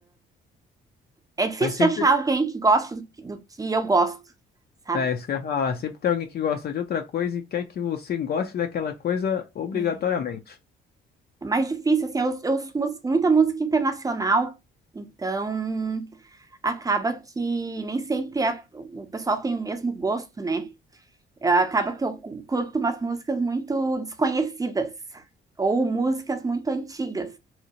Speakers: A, on the right; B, on the left.
A: É difícil
B: mas sempre.
A: de achar alguém que goste do, que- do que eu gosto, sabe?
B: É, isso que eu ia falar. Sempre tem alguém que gosta de outra coisa e quer que você goste daquela coisa obrigatoriamente.
A: É É mais difícil, assim, eu, eu ouço mus- muita música internacional, então acaba que nem sempre a- o pessoal tem o mesmo gosto, né? Eh, Acaba que eu curto umas músicas muito desconhecidas ou músicas muito antigas.